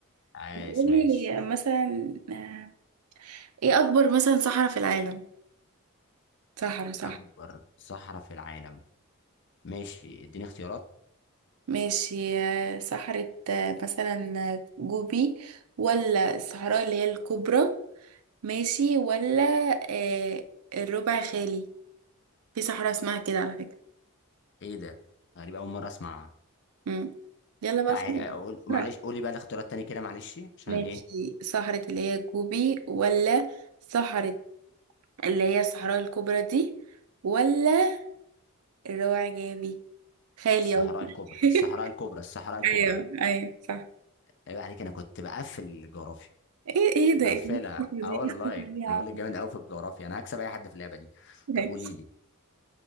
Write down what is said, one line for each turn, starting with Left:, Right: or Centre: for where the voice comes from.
Left: عايش
Right: قولي
Left: ماشي
Right: مثلا آه، ايه اكبر مثلا صحراء في العالم صحراء صح
Left: أكبر صحراء في العالم ماشي اديني اختيارات
Right: ماشي آه، صحراء آه، مثلا آه، جوبي ولا الصحراء اللي هي الكبرى ماشي ولا آه، الربع خالي في صحراء اسمها كده على فكرة
Left: إيه ده غريب أول مرة أسمعها
Right: مم. يلا بقى
Left: تعالي
Right: خلاص.
Left: أقول معلش
Right: بسرعة.
Left: قولي بقى الاختيارات تاني كده معلش عشان
Right: ماشي
Left: إيه
Right: صحراء اللي هي جوبي ولا صحراء اللي هي الصحراء الكبرى دي ولا الربع جابي خالي
Left: الصحراء
Right: قصدي
Left: الكبرى
Right: <laughs>
Left: الصحراء الكبرى الصحراء الكبرى
Right: ايوه ايوه صح
Left: عيب عليك انا كنت بقفل الجغرافيا
Right: ايه ايه ده
Left: مقفلها
Right: ايه الفكرة
Left: اه
Right: دي ايه
Left: والله
Right: الفكرة دي يا
Left: انا
Right: عم
Left: بقول لك جامد قوي في الجغرافيا انا هكسب اي حد في اللعبه دي
Right: ماشي
Left: طب قولي لي